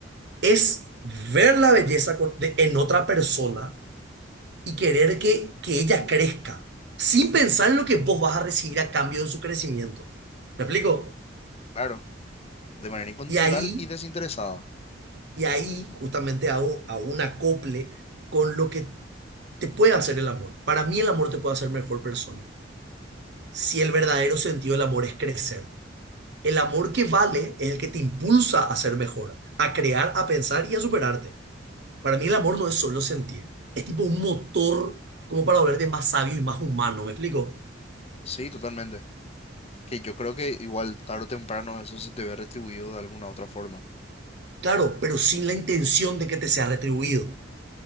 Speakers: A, on the right; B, on the left.
A: Es ver la belleza con- de- en otra persona y querer que, que ella crezca, sin pensar en lo que vos vas a recibir a cambio de su crecimiento. ¿Me explico?
B: claro, de manera incondicional
A: Y ahí,
B: y desinteresada,
A: y ahí justamente hago, hago un acople con lo que te puede hacer el amor. Para mí el amor te puede hacer mejor persona. si el verdadero sentido del amor es crecer. El amor que vale es el que te impulsa a ser mejor, a crear, a pensar y a superarte. Para mí el amor no es solo sentir, es tipo un motor como para volverte más sabio y más humano, ¿me explico?
B: sí, totalmente. Que yo creo que igual tarde o temprano eso se te ve retribuido de alguna otra forma,
A: Claro, pero sin la intención de que te sea retribuido.